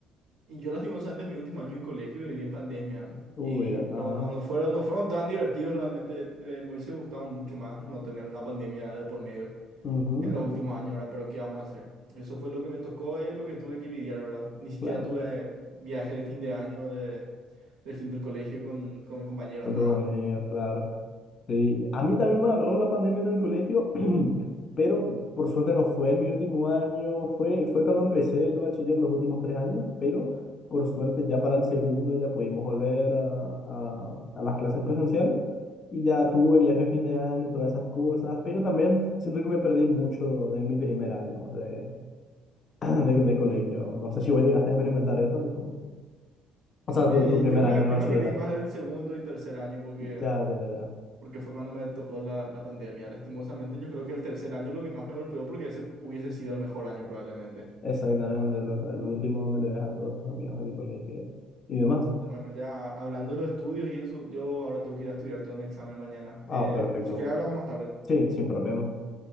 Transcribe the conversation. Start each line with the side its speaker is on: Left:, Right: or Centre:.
Right: Y yo lastimosamente en mi último año de colegio viví en pandemia
Left: Uy,
Right: y
Left: ajá.
Right: no, no, no fueron, no fueron tan divertidos realmente. Eh, me hubiese gustado mucho más no tener una pandemia de por medio
Left: ujú,
Right: en los últimos años, ¿verdad? Pero ¿qué vamos a hacer? Eso fue lo que me tocó y lo que tuve que lidiar, ¿verdad? Ni siquiera
Left: Claro,
Right: tuve viaje de fin de año, de, del fin del colegio con, con mis compañeros,
Left: con
Right: nada.
Left: tus amigos, claro. Sí, a mí también me agarró la pandemia en el colegio, <clears throat> pero por suerte no fue en mi último año, fue, fue cuando empecé el bachiller los últimos tres años, pero por suerte ya para el segundo ya pudimos volver a, a, a las clases presenciales y ya tuve viaje de fin de año, todas esas cosas, pero también siento que me perdí mucho de mi primer año de, <clears throat> de, de colegio. No sé si vos llegaste a experimentar eso, o sea,
Right: Eh,
Left: tu, tu primer
Right: yo me,
Left: año de
Right: yo
Left: bachillerato.
Right: me perdí más del segundo y tercer año porque,
Left: Ya, ya, ya.
Right: porque fue cuando me tocó la, la pandemia. Lastimosamente, yo creo que el tercer año lo que más me golpeó porque ese hubiese sido el mejor año probablemente.
Left: Exactamente, los, al último me le ves a todos tus amigos ahí, colegio y demás.
Right: Bueno, ya hablando de los estudios y eso, yo ahora tengo que ir a estudiar, tengo un examen mañana.
Left: Ah,
Right: Eh,
Left: perfecto.
Right: si querés hablamos más tarde.
Left: Sí, sin problema.